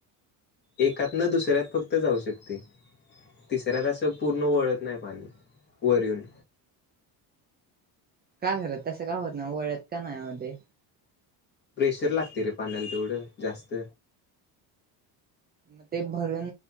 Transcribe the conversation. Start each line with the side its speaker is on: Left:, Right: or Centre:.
Left: एकातन दुसऱ्यात फक्त जाऊ शकते. तिसऱ्या तास पूर्ण वळत नाही पाणी वर येऊन,
Right: काय करत तसं काय होत ना ओळत का नाही यामध्ये,
Left: प्रेशर लागते रे पाण्याला तेवढं जास्त,
Right: मग ते भरून